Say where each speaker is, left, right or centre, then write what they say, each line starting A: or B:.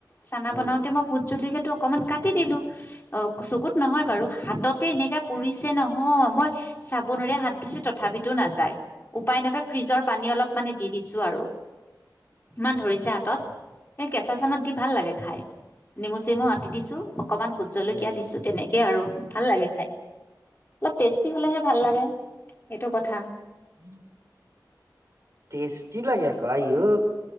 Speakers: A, on the left; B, on the right.
A: চানা
B: উম।
A: বনাওতে মই ভোত জলকীয়াটো অকমান কাটি দিলো, অ' চকুত নহয় বাৰু হাততে এনেকা পুৰিছে নহয়, মই চাবনেৰে হাত ধুইছো তথাপিতো নাযায়। উপায় নাপায় ফ্ৰিজৰ পানী অলপ মানে দি দিছোঁ আৰু। ইমান ধৰিছে হাতত এই কেঁচা চেনাত দি ভাল লাগে খাই। নেমু চেমু আতি দিছো। অকমান ভূত জলকীয়া
B: উম
A: দিছোঁ তেনে কেই আৰু ভাল লাগে খাই, অলপ টেষ্টি হ'লেহে ভাল লাগে এইটো কথা।
B: উম <unintelligible> টেষ্টি ক' আইও